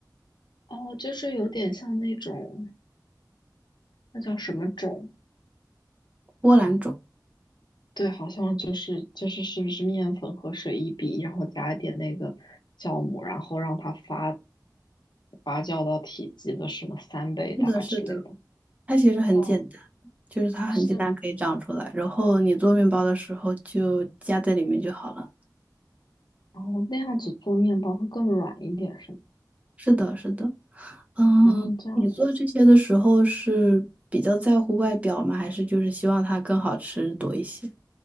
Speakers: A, on the left; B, on the right.
A: 哦，就是有点像那种，那叫什么种？
B: 波兰种，
A: 对，好像就是就是是不是面粉和水一比，然后加一点那个酵母，然后让它发发酵到体积的什么三倍大之类的。
B: 是的，是的，它其实很简单，
A: 哦，
B: 就是它很简单可以长出来，
A: 是，
B: 然后你做面包的时候就加在里面就好了。
A: 然后那样子做面包会更软一点，是吗？
B: 是的，是的，嗯，
A: 哦，这样子。
B: 你做这些的时候是比较在乎外表吗？还是就是希望它更好吃多一些？